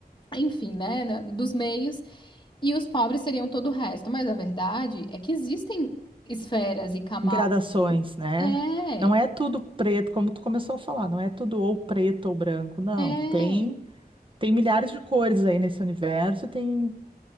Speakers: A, on the left; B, on the right.
A: enfim, né? na- Dos meios, e os pobres seriam todo o resto. Mas a verdade é que existem esferas e camadas.
B: gradações, né?
A: É,
B: Não é tudo preto, como tu começou a falar, não é tudo ou preto ou branco, não.
A: é,
B: Tem tem milhares de cores aí nesse universo, e tem